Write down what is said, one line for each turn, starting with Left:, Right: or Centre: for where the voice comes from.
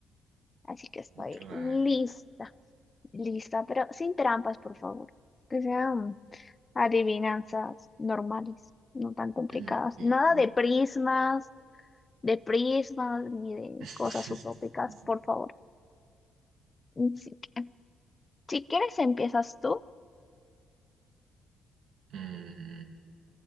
Left: Así que estoy
Right: Claro.
Left: lista, lista, pero sin trampas, por favor. Que sean adivinanzas normales, no tan complicadas.
Right: Mm, Ok,
Left: Nada de
Right: ok.
Left: prismas, de prismas, ni de
Right: <laughs>
Left: cosas utópicas, por favor. Así que, si quieres, empiezas tú.
Right: Mm,